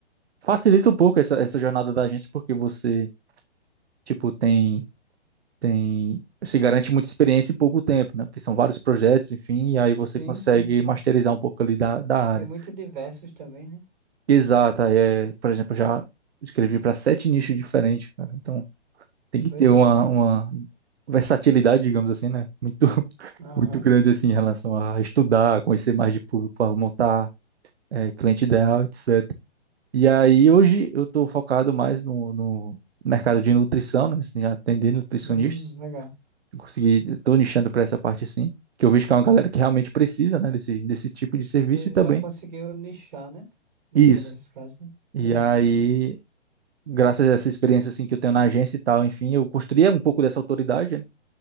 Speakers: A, on the right; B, on the right.
A: facilita um pouco essa, essa jornada da agência, porque você, tipo, tem tem se garante muita experiência em pouco tempo, né? Porque são vários projetos, enfim, e aí você
B: Sim,
A: consegue
B: sim, sim.
A: masterizar um pouco ali da, da área.
B: E muito diversos também, né?
A: Exata, é, por exemplo, eu já escrevi para sete nichos diferentes, cara. Então tem que
B: Doideira.
A: ter uma, uma versatilidade, digamos assim, né? Muito, <laughs>
B: Aham.
A: muito grande assim em relação a estudar, conhecer mais de público, a montar é, cliente ideal, etc. E aí
B: Pois
A: hoje
B: é.
A: eu estou focado mais no, no mercado de nutrição, né? Assim, atender nutricionistas.
B: Hum, legal.
A: Eu consegui, estou nichando para essa parte sim, que eu vejo que é uma galera que realmente precisa, né, desse, desse tipo de serviço
B: Tu
A: e também
B: já conseguiu nichar, né? No,
A: isso.
B: ca- nesse caso, né?
A: E
B: Legal.
A: aí, graças a essa experiência assim que eu tenho na agência e tal, enfim, eu construí um pouco dessa autoridade, né,